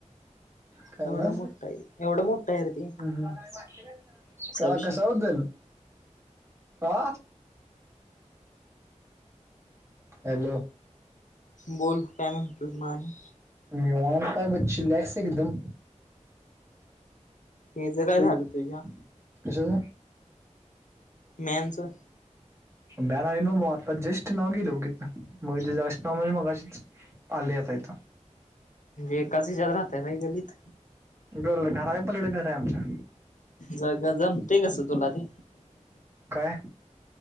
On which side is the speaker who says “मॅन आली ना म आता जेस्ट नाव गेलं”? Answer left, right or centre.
Right